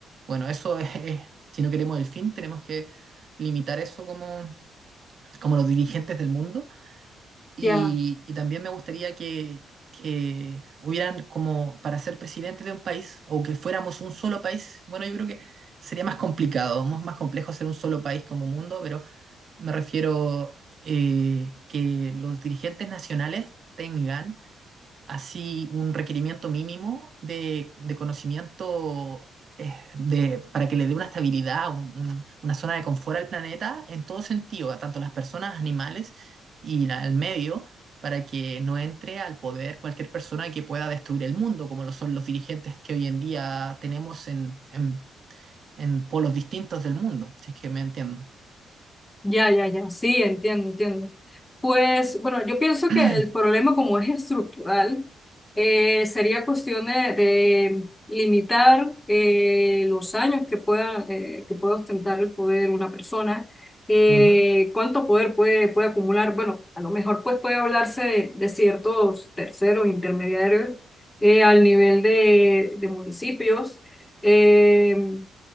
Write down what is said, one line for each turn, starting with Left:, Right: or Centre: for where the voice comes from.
Right: bueno, eso es, es- si no queremos el fin, tenemos que limitar eso como, como los dirigentes del mundo. Y,
Left: Ya.
Right: y también me gustaría que, que hubieran como para ser presidente de un país o que fuéramos un solo país. Bueno, yo creo que sería más complicado, más, más complejo ser un solo país como mundo, pero me refiero eh, que los dirigentes nacionales tengan así un requerimiento mínimo de, de conocimiento eh, de, para que le dé una estabilidad, un- un- una zona de confort al planeta en todo sentido, a tanto las personas, animales y la- el medio, para que no entre al poder cualquier persona que pueda destruir el mundo, como lo son los dirigentes que hoy en día tenemos en, en- en polos distintos del mundo, si es que me entiendo.
Left: Ya, ya, ya, sí, entiendo, entiendo. Pues bueno, yo pienso
Right: <clears throat>
Left: que el problema como es estructural, eh, sería cuestión de, de limitar eh, los años que pueda, eh, que pueda ostentar el poder una persona, eh,
Right: Ujú,
Left: cuánto poder puede, puede acumular. Bueno, a lo mejor pues puede hablarse de, de ciertos terceros intermediarios eh, al nivel de, de municipios. Em,